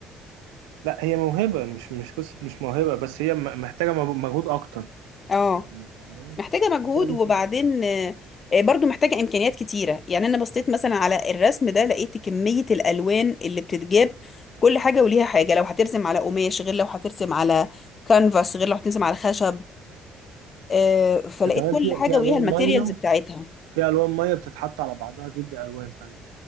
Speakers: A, on the right; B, on the left.
A: لا هي موهبة مش مش قصة مش موهبة بس هي م- محتاجة مج- مجهود أكتر
B: اه
A: يعني فاهماني
B: محتاجة مجهود
A: محتاجة مثلا
B: وبعدين آه، آه، برضو محتاجة إمكانيات كتيرة يعني أنا بصيت مثلا على الرسم ده لقيت كمية الألوان اللي بتتجاب كل حاجة وليها حاجة لو هترسم على قماش غير لو هترسم على كانفاس غير لو هترسم على خشب آه، فلقيت
A: ده كمان
B: كل
A: في
B: حاجة
A: في ألوان
B: وليها الماتيريالز
A: مية
B: بتاعتها
A: في ألوان مية بتتحط على بعضها تدي ألوان تانية